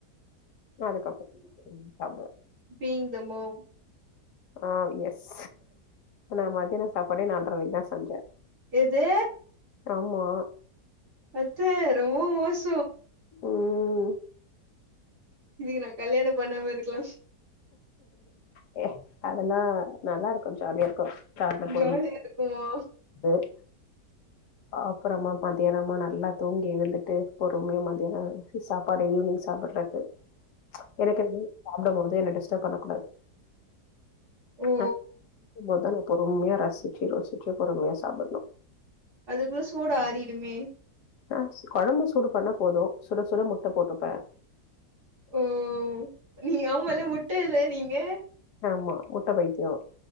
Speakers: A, on the left; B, on the right.
A: அதுக்கப்புறோ சாப்டுவே
B: being the mom
A: ah yes நா மத்தியான சாப்பாடே நாள்ர மணிக்குதா செஞ்சே
B: இது
A: ஆமா
B: அத்த ரொம்ப மோச
A: உம்
B: இதுக்கு நா கல்யாணம் பண்ணாம இருக்கலா
A: ஹே அதெல்லா நல்லா இருக்கு ஜாலியா இருக்கு
B: ஜாலியா இருக்குமா
A: <inaudible> அப்புறமா மத்தியானமா நல்லா தூங்கி எழுந்துட்டு பொறுமையா மத்தியான வச்ச சாப்பாட ஈவினிங் சாப்படுறது எனக்கு எதுவு சாப்பிட முடியு அது என்ன டிஷ்டப் பண்ணக்கூடாது
B: ஓ
A: ஆஹ் மொதல்ல பொறுமையா ரசிச்சு ருசிச்சு பொறுமையா சாப்படணு
B: அதுக்குள்ள சூடு ஆறிடுமே
A: ஆஹ் கொழம்பு சூடு பண்ணா போது சுட சுட முட்டை போட்டுப்பே
B: ஓ நீ ஆமால்ல முட்ட இல்ல நீங்க
A: ஆமா முட்டை பைத்தியம்